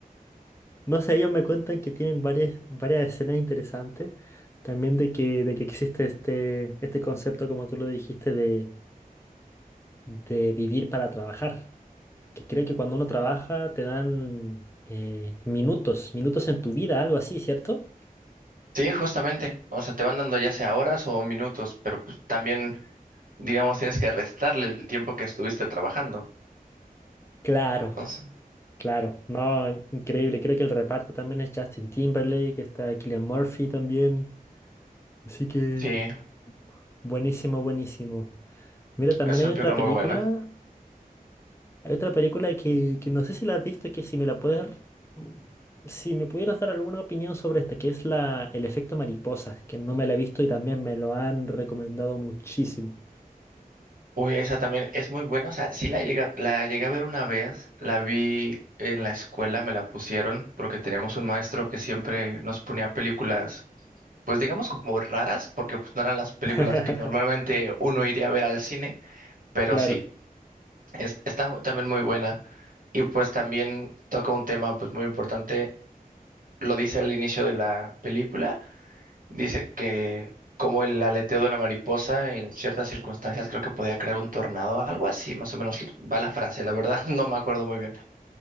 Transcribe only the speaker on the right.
Sí, justamente. O sea, te van dando ya sea horas o minutos, pero pues, también Digamos, tienes que restarle el tiempo que estuviste trabajando.
Entonces,
sí,
es
una
película
muy buena.
Uy, esa también es muy buena. O sea, sí la llegué, la llegué a ver una vez, la vi en la escuela, me la pusieron porque teníamos un maestro que siempre nos ponía películas, pues digamos como raras, porque pues no eran las películas
que normalmente uno iría a ver al cine, pero
sí, es- está también muy buena. Y pues también toca un tema pues muy importante, lo dice al inicio de la película Dice que como el aleteo de una mariposa en ciertas circunstancias creo que podía crear un tornado, algo así, más o menos va la frase, la verdad <laughs> no me acuerdo muy bien,